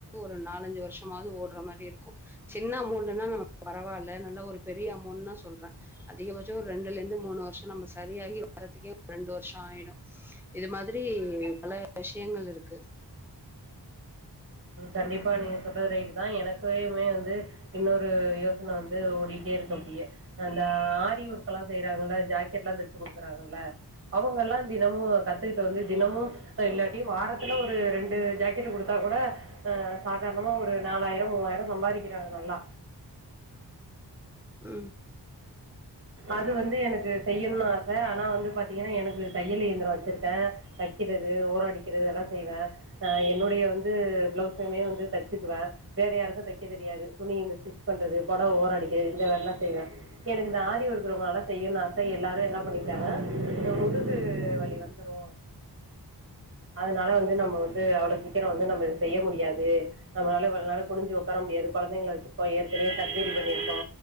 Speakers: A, in the centre; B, on the right.
A: ஒரு நாலஞ்சு வருஷமாவது ஓடுற மாரி இருக்கு சின்ன அமௌண்ட்ன்னா நம்ம பரவாயில்ல நல்லா ஒரு பெரிய அமௌண்ட் னா சொல்றே அதிகபட்சோ ஒரு ரெண்டுல இருந்து மூணு வருஷோ நம்ம சரியாகி வர்றதுக்கே ரெண்டு வருஷோஆயிடு இது மாதிரி பல விஷயங்கள் இருக்கு
B: கண்டிப்பா நீங்க சொல்றது ரைட்டு தா எனக்குயுமே வந்து இன்னொரு யோசன வந்து ஓடிட்டே இருக்கு அப்டியே அந்த ஆரி ஒர்க்லா செய்றாங்கள்ள ஜாக்கெட்லா தச்சு குடுக்குறாங்கல்ல அவங்க எல்லா தினமு கத்துக்கிட்டு வந்து தினமும் இல்லாட்டி வாரத்துல ஒரு ரெண்டு ஜாக்கெட் குடுத்தா கூட ஆ சாதாரணமா ஒரு நாலாயிரோ மூவாயிரோ சம்பாதிக்கிறாங்க நல்லா
A: உ
B: அது வந்து எனக்கு செய்னுன்னு ஆச ஆனா வந்து பாத்தீங்கன்னா எனக்கு தையல் இயந்திரோ வச்சுருக்கே தைக்கிறது ஓரம் அடிக்கிறது எல்லா செய்வே என்னுடைய வந்து பிளவுஸுமே வந்து தைச்சிக்குவே வேற யாருக்கு தைக்க தெரியாது துணி இந்த ஸ்டிச் பண்றது புடவ ஓரோ அடிக்கிறது இந்த வேலலா செய்வே எனக்கு இந்த ஆரி ஒர்க் ரொம்ப நாள செய்யனுனு ஆச எல்லாரு என்ன பண்ணிட்டாங்கனா அந்த முதுகு வலிவந்துரு அதனால வந்து நம்ம வந்து அவ்ளோ சீக்கிரோ வந்து நம்ம செய்ய முடியாது நம்மளால குனுஞ்சு உக்கார முடியாது குழந்தைங்கள வச்சிருப்போ ஏற்கனையே சர்ஜரி பண்ணிருப்போ